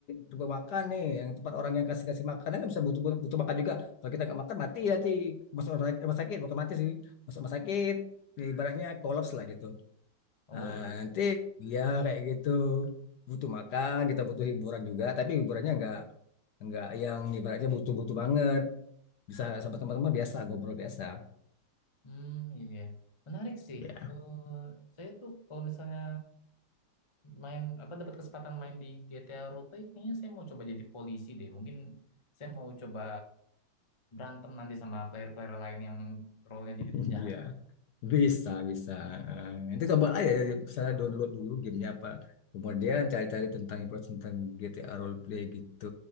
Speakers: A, on the left; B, on the left.
A: tempat makan nih yang tempat orang yang kasih-kasih makan kan bisa butuh butuh makan juga kalau kita nggak makan mati ya ti masuk rumah sakit rumah sakit, bukan mati sih masuk rumah sakit ya, ibaratnya kolaps lah gitu
B: Oh
A: Nah,
B: iya. iya.
A: nanti ya kayak gitu butuh makan kita butuh hiburan juga tapi hiburannya nggak nggak yang ibaratnya butuh-butuh banget bisa sama teman-teman biasa ngobrol biasa
B: Hmm, iya. Menarik sih.
A: ya
B: Eh, saya tuh kalau misalnya main apa dapat kesempatan main di GTA Roleplay, kayaknya saya mau coba jadi polisi deh. Mungkin saya mau coba berantem nanti sama player-player lain yang role-nya jadi
A: <laughs>
B: penjahat.
A: Iya. Bisa, bisa. Eh, Nanti coba aja, ya, misalnya download dulu gamenya apa. Kemudian cari-cari tentang info tentang GTA roleplay gitu,